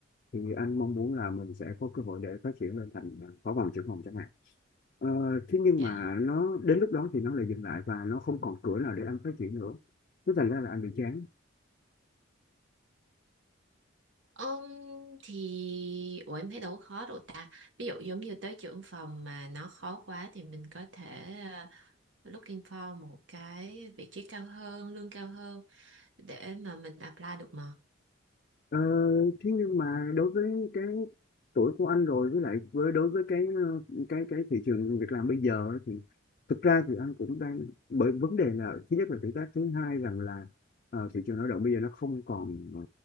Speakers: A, on the left; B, on the right.
A: thì anh mong muốn là mình sẽ có cơ hội để phát triển lên thành ờ, phó phòng trưởng phòng chẳng hạn Ờ, thế nhưng
B: dạ.
A: mà nó đến lúc đó thì nó lại dừng lại và nó không còn cửa nào để anh phát triển nữa thế thành ra là anh bị chán
B: Ông thì ủa em thấy đâu có khó đâu ta. Ví dụ giống như tới trưởng phòng mà nó khó quá thì mình có thể ờ, looking for một cái vị trí cao hơn, lương cao hơn để mà mình apply được mà.
A: Ờ, thế nhưng mà đối với cái tuổi của anh rồi với lại với đối với cái ờ, cái cái thị trường việc làm bây giờ ấy thì thực ra thì anh cũng đang bởi vấn đề là thứ nhất là tuổi tác thứ hai rằng là ờ, thị trường lao động bây giờ nó không còn ờ,